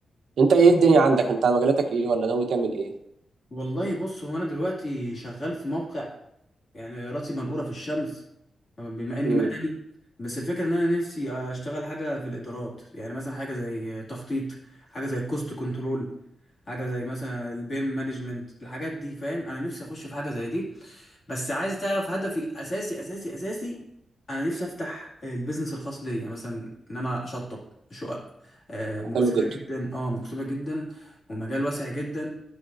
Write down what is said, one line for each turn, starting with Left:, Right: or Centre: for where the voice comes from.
Right: انت ايه الدنيا عندك انت مجالاتك ايه ولا ناوي تعمل ايه
Left: والله بص هو انا دلوقتي شغال في موقع يعني راسي منقورة في الشمس بما اني
Right: امم
Left: مدني بس الفكرة ان انا نفسي اشتغل حاجة في الادارات يعني مثلا حاجة زي تخطيط حاجة زي الكوست كنترول حاجه زي مثلا البيم مانجمنت الحاجات دي فاهم انا نفسي اخش في حاجه زي دي بس عايز تعرف هدفي الاساسي اساسي اساسي انا نفسي افتح البيزنس الخاص ليا مثلا ان انا اشطب شقق آه، مكسبه
Right: حلو جدا
Left: جدا اه مكسبه جدا ومجال واسع جدا